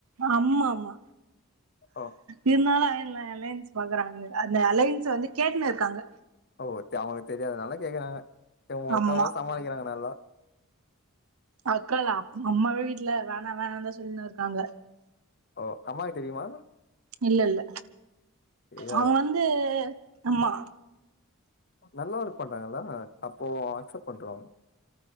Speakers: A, on the right; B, on the left.
A: அம்மா ஆமா
B: ஓ
A: இருந் தாலு இல்ல அலையன்ஸ் பாக்குறாங்க அந்த அலையன்ஸ் வந்து கேட்டுன்னு இருக்காங்க
B: ஓ த அவுங்க தெரியாதனால கேக்குறாங்க உங்க
A: ஆமா
B: அக்காவு சமாளிக்கிறாங்க நல்லா
A: அக்கா தா அம்மாவே வீட்டுல வேணா வேணா தா சொல்லின்னு இருக்காங்க
B: ஓ அம்மாக்கு தெரியுமா
A: இல்ல இல்ல
B: தெரியாதா
A: அவுங்க வந்து ஆமா
B: நல்லா ஒர்க் பண்றாங்கள அப்போ அக்ஸப்ட் பண்ருவாங்க